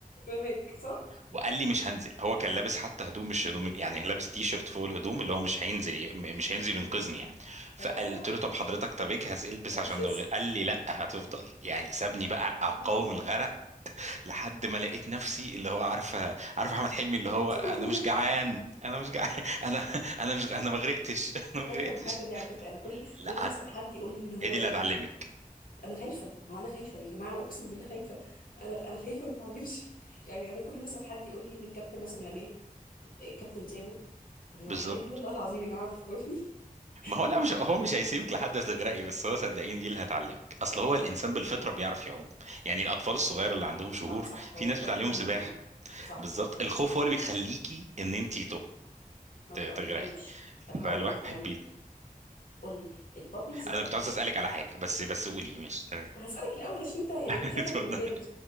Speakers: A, on the left; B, on the right.
A: رماك صح؟
B: وقال لي مش هنزل هو كان لابس حتى هدوم مش هدوم يعني لابس تي شيرت فوق الهدوم اللي هو مش هينزل ي- م- مش هينزل ينقذني يعني
A: <laughs>
B: فقلت
A: اه
B: له طب حضرتك طب اجهز البس
A: ده بجد
B: عشان لو غير قال لي لا هتفضل يعني سابني بقى
A: <laughs> والله
B: اقاوم
A: ابيض
B: الغرق لحد ما لقيت نفسي اللي هو عارفه عارف احمد حلمي اللي هو
A: سوبرمان
B: انا مش جعان انا مش جعان <laughs> انا انا مش انا ما غرقتش <laughs> انا ما
A: خايفه
B: غرقتش
A: من الحركه دي على فكره انا كل
B: لا
A: كل ما اسال
B: هت-
A: حد يقول لي اللي هو
B: هي دي
A: ايه
B: اللي هتعلمك
A: انا خايفه ما هو انا خايفه يا جماعه اقسم بالله خايفه انا انا خايفه ما اتعلمش <laughs> يعني انا كل ما اسال حد يقول لي ان الكابتن مثلا رماه الكابتن سابه طب ما هو
B: بالظبط
A: الحاجات دي والله العظيم يا جماعه بتخوفني <laughs>
B: ما هو
A: الحاجات
B: لا مش هو مش هيسيبك لحد تغرقي بس هو صدقيني دي اللي هتعلمك اصل
A: طب يعني
B: هو الانسان بالفطره بيعرف يعوم يعني الاطفال الصغير اللي عندهم شهور
A: صح صح هو
B: في ناس
A: في بطن
B: بتعلمهم
A: مامتهم
B: سباحه
A: صح
B: بالظبط
A: صح صح
B: الخوف هو اللي بيخليكي ان انت
A: ما بتع- ما
B: تغرقي
A: تعوميش طب هقول
B: فالواحد
A: لك يعني
B: بي...
A: قول لي البابلز انت
B: انا
A: ب...
B: كنت عايز اسالك على حاجه بس بس قولي ماشي تمام
A: هسالك الاول عشان انت يعني
B: <laughs>
A: انت خبره
B: اتفضل
A: في المجال